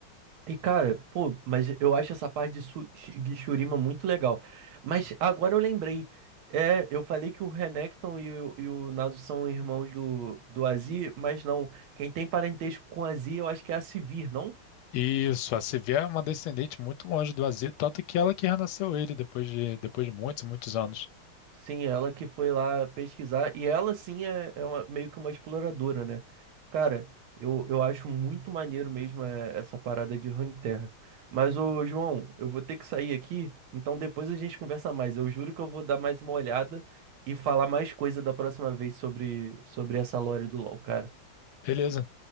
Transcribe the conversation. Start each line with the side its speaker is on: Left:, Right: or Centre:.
Right: E cara, pô, mas eu acho essa parte de, su- de Shurima muito legal. Mas agora eu lembrei, é, eu falei que o Renekton e o, e o Naso são irmãos do, do Azir, mas não, quem tem parentesco com o Azir eu acho que é a Sivir, não?
Left: Isso, a Sevilla é uma descendente muito longe do Aziz, tanto que ela que renasceu ele depois de, depois de muitos, muitos anos.
Right: Sim, ela que foi lá pesquisar. E ela, sim, é, é uma- meio que uma exploradora, né? Cara, eu, eu acho muito maneiro mesmo é, essa parada de Runeterra. Mas, ô, João, eu vou ter que sair aqui. Então, depois a gente conversa mais. Eu juro que eu vou dar mais uma olhada e falar mais coisa da próxima vez sobre, sobre essa lore do LoL, cara.
Left: Beleza.